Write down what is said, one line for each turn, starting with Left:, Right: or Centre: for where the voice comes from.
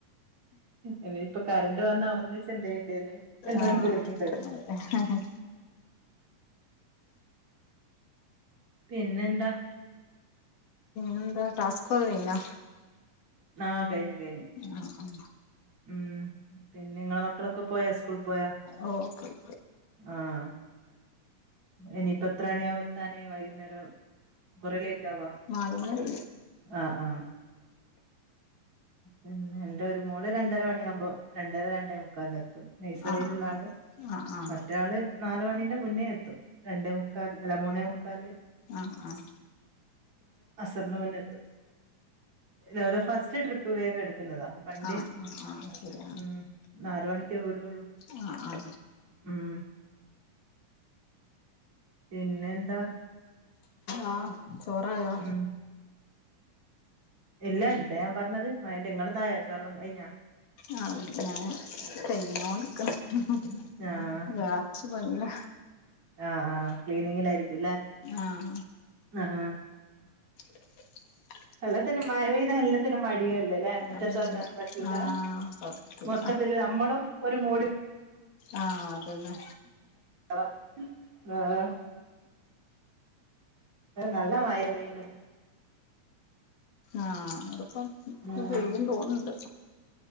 Right: ഇനി ഇപ്പൊ കറണ്ട് വന്നാ ഒന്നച്ച് എന്ത്തു ചെയ്യേണ്ടി വരു എല്ലാം
Left: ആഹ് ആഹ്
Right: എടുക്കണ്ട വരും
Left: അതെ.
Right: പിന്നെന്താ
Left: എന്താ ടാസ്കക്കായിഞോ
Right: ആ കഴിഞ്ഞു കഴിഞ്ഞു
Left: ആ ഉ
Right: ഉ പിന്നെ നിങ്ങളെ മക്കളൊക്കെ പോയാ സ്കൂളിൽ പോയാ
Left: ഓ പോയി
Right: ആഹ് ഇനിയിപ്പ എത്ര മണിയക എത്താനേ വൈകുന്നേരം കൊറേ ലേറ്റ് ആവോ
Left: നാലുമണി
Right: ആഹ ആഹ പിന്നെ എന്റെ ഒരു മോള് രണ്ടര മണിയാകുമ്പോൾ രണ്ടര രണ്ടെമുക്കാൽ എത്തും നഴ്സറിൽുള്ള
Left: ആഹ്
Right: ആള്
Left: ആഹ് ആഹ് ആഹ്
Right: മറ്റള് നാല മണീന്റെ മുന്നേ എത്തും രണ്ടേ മുക്കാൽ അല്ല മൂന്നേ മുക്കാല്
Left: ആഹ ആഹ
Right: അസറിന മുന്നെത്തും ഇല ഫസ്റ്റ് ട്രിപ്പ് വേഗം എടുത്തു ന്നാ വണ്ടി
Left: ആഹ് ആഹ് ആഹ് ശരി
Right: ഉ നാല മണിക്കേ വിീടുള്ളൂ
Left: ആഹ ആ
Right: ഹ്മ്മ് പിന്നെന്താ
Left: ആ ചോറായോ
Right: ഉം ഇല്ല ഇന്താ ഞാൻ പറഞ്ഞത് മയ്ന്റെ ഇങ്ങടതായോ ചോർ കിഞ്ഞാ
Left: ആ ഞൻ ചെയ്യനോടുക്കണ്‌ ഹും
Right: ആഹ്
Left: ലാസ്റ്റ് പണില
Right: ആഹ ആ് ക്ലീനിങ്ങിൽ ആയിരിക്കും അല്ലെ
Left: ആഹ
Right: ആഹ
Left: <unintelligible> <inaudible>
Right: എല്ലാത്തിനും മഴ പെയ്ത എല്ലാത്തിനും മടിയല്ല അല്ലേ മുറ്റത്ത്റങ്ങാൻ
Left: അതെ അതെ
Right: പറ്റൂല
Left: ആഹ് കൊഴപ്പല്ല
Right: മൊത്തത്തില് നമ്മളും ഒരു മൂടി
Left: ആഹ അതന്നെ
Right: ആ നല്ല മായ യീനീ ഇന്ന്
Left: ആഹ അവിടപ്പ ഇപ്പ
Right: ഉം
Left: പെയ്യും തോന്നുന്നുണ്ട്